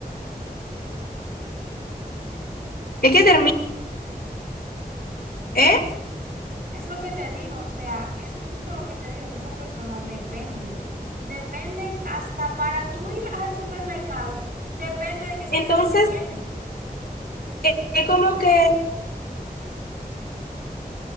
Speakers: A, on the left; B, on the right.
A: es que termina, ¿eh?
B: Es lo que te digo, o sea, es justo lo que te digo, que esas personas dependen. Dependen hasta para tú ir al supermercado, depende de que esa
A: Entonces,
B: gente te lleve.
A: eh, es como que...